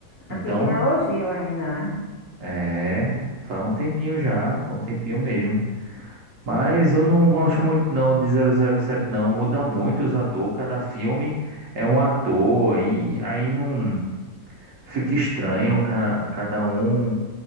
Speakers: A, on the left; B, on the right.
A: Aqui
B: Então,
A: é um elogio ainda, né?
B: é, faz um tempinho já, um tempinho mesmo. Mas eu não gosto muito não de zero zero sete não, muda muito os atores, cada filme é um ator e aí não fica estranho, ca- cada um